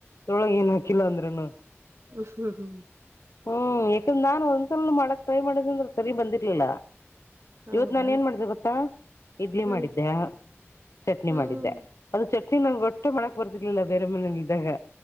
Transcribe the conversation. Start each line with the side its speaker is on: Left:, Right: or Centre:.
Left: ತೊಳಗ ಏನುಾಕಿಲ್ಲ ಅಂದ್ರನು
Right: ಹ್ಮ್ ಹ್ಮ್
Left: ಹ್ಮ್ ಯಕ ನಾನು ಒಂದು ಮಡಕ್ತ ಮಾಡಿದ ಅಂದ್ರೆ ಸರಿ ಬಂದಿರ್ಲಿಲ್ಲ
Right: ಹೌದಾ
Left: ಇವತ್ತು ನಾನ ಏನ್ ಮಾಡಿದೆ ಗೊತ್ತಾ ಇಡ್ಲಿ
Right: ಹ್ಮ್
Left: ಮಾಡಿದ್ದೆ ಚಟ್ನಿ
Right: ಹ್ಮ್
Left: ಮಾಡಿದ್ದೆ ಅದು ಚಟ್ನಿ ನಾವ ಗಟ್ಟೆ ಮಾಡಕ್ ಬರ್ತಿರ್ಲಿಲ್ಲ ಬೇರೆ ಮನೇಲಿ ಇದ್ದಾಗ